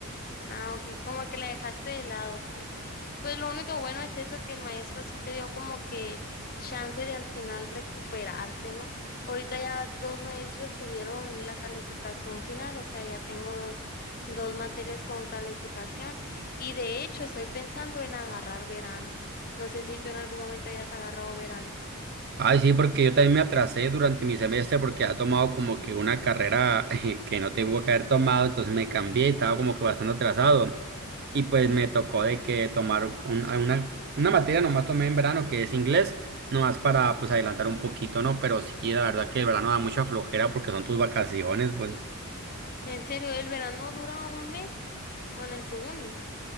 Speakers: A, on the left; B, on the right.
A: Ah, ok, como que la dejaste de lado, pues. Pues lo único bueno es eso, que el maestro sí te dio como que chance de al final recuperarte, ¿no? Ahorita ya dos maestros subieron la calificación final, o sea, ya tengo dos, dos materias con calificación y de hecho estoy pensando en agarrar verano. No sé si tú en algún momento hayas agarrado verano.
B: Ay, sí, porque yo también me atrasé durante mi semestre porque ha tomado como que una carrera <laughs> eh, que no tengo que haber tomado, entonces me cambié y estaba como que bastante atrasado. Y pues me tocó de que tomar un- a una, una materia nomás tomé en verano que es inglés, nomás para pues adelantar un poquito, ¿no? Pero sí, la verdad que el verano da mucha flojera porque son tus vacaciones, pues
A: En serio, el verano dura un mes, bueno, en tu uni.